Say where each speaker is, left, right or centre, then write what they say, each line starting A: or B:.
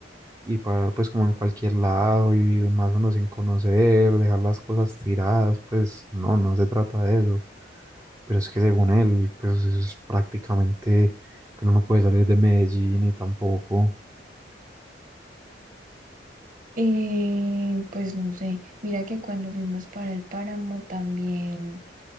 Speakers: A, on the right; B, on the right.
A: y parar pues como en cualquier lado y más uno sin conocer, dejar las cosas tiradas, pues no, no se trata de eso. Pero es que según él, pues es prácticamente que uno no puede salir de Medellín y tampoco.
B: Eh, pues no sé. Mira que cuando fuimos para el páramo también,